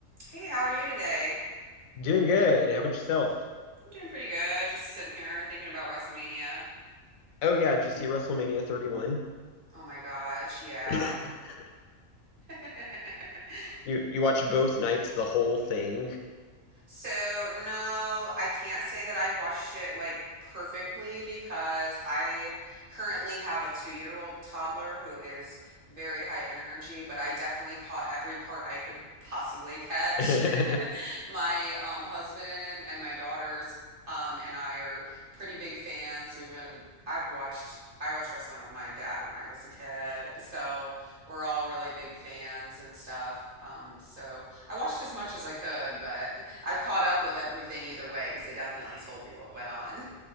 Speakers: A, on the right (about 40°); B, on the left (about 80°).
A: Hey, how are you today? I'm
B: Doing good. How about yourself?
A: doing pretty good. Just sitting here thinking about WrestleMania.
B: Oh yeah, did you see WrestleMania 31? <coughs>
A: Oh my gosh, yeah.
B: <laughs>
A: <laughs>
B: You you watched both nights, the whole thing.
A: So, no, I can't say that I watched it like perfectly because I currently have a two-year-old toddler who is very high energy, but I definitely caught every part I could possibly catch.
B: <laughs>
A: <laughs> My um, husband and my daughters um, and I are pretty big fans. We've been, I've watched. I watched wrestling with my dad when I was a kid, so we're all really big fans and stuff. Um, so I watched as much as I could, but I caught up with everything either way because they definitely told me what went on.